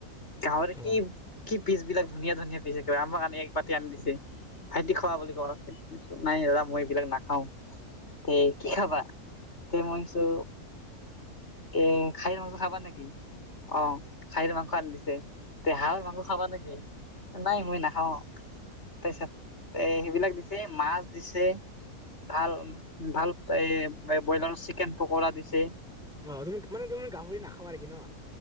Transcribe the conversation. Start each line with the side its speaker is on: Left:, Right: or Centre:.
Left: গাহৰি
Centre: অ
Left: কি কি পিছ বিলাক ধুনীয়া ধুনীয়া পিচ এক আমাক আনি এক বাতি আনি দিছে। ভাইটি খোৱা বুলি কোৱা লগছে। নাই দাদা মই এইবিলাক নাখাওঁ তে কি খাবা? তে মই কৈছো এ খাহিৰ মাংস খাবা নেকি? অ খাহি মাংস আনি দিছে, তে হাঁহৰ মাংস খাবা নেকি? নাই মই নাখাওঁ তাৰপিছত এ সেইবিলাক দিছে, মাছ দিছে ভাল ভাল এ ব্ৰইলাৰ চিকেন পকৰা দিছে।
Centre: অ তুমি মানে তুমি গাহৰি নাখাৱা আৰু নেকি ন?